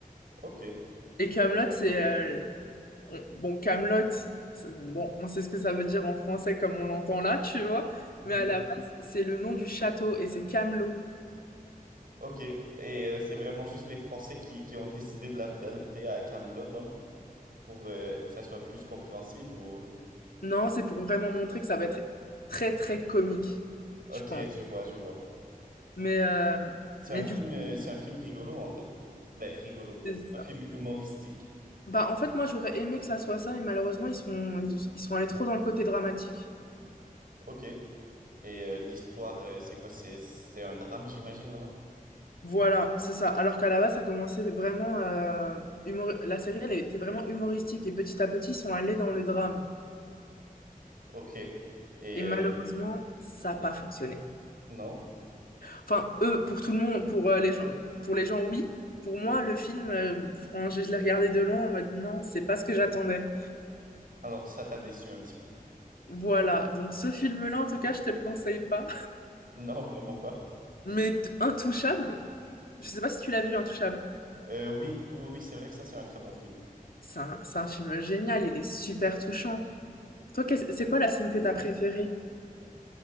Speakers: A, on the right; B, on the left.
A: Ok.
B: Et Camelot, c'est... euh, on- bon, Camelot. bon, on sait ce que ça veut dire en français comme on l'entend là, tu vois.
A: Oui.
B: Mais à la base, c'est le nom du château, et c'est Camelot.
A: Ok. Et euh, c'est vraiment juste les Français qui, qui ont décidé de l'adapter à Camelot, dans le fond, pour euh, que ça soit plus compréhensible ou...
B: Non, c'est pour vraiment montrer que ça va être très très comique,
A: Ok,
B: je pense.
A: je vois, je vois.
B: Mais, euh,
A: C'est
B: mais
A: un film,
B: du coup,
A: euh, c'est un film rigolo en fait. Ben, rigolo.
B: c'est
A: Un
B: ça.
A: film humoristique.
B: Bah, en fait, moi, j'aurais aimé que ça soit ça, mais malheureusement, ils sont, ils, ils sont allés trop dans le côté dramatique.
A: Ok. Et euh, l'histoire, euh, c'est quoi? C'est, c'est un drame, j'imagine alors?
B: Voilà, c'est ça. Alors qu'à la base, ça commençait vraiment... euh, humor- La série, elle était vraiment humoristique et petit à petit, ils sont allés dans le drame.
A: Ok. Et euh,
B: Et malheureusement, ça n'a pas fonctionné.
A: non?
B: Enfin, eux, pour tout le monde, pour, euh, les gens, pour les gens, oui. Pour moi, le film, euh, franchement, je, je l'ai regardé de loin en mode non, c'est pas ce que j'attendais.
A: Alors ça t'a déçu un petit peu. <laughs>
B: Voilà, donc ce film-là, en tout cas, je te le conseille pas.
A: Non, vraiment pas.
B: Mais t- Intouchable, je sais pas si tu l'as vu, Intouchable.
A: Euh, oui, oui, oui, c'est vrai que ça, c'est un très bon film.
B: C'est un, c'est un film génial, il est super touchant. Toi, qu'est-ce- c'est quoi la scène que t'as préférée?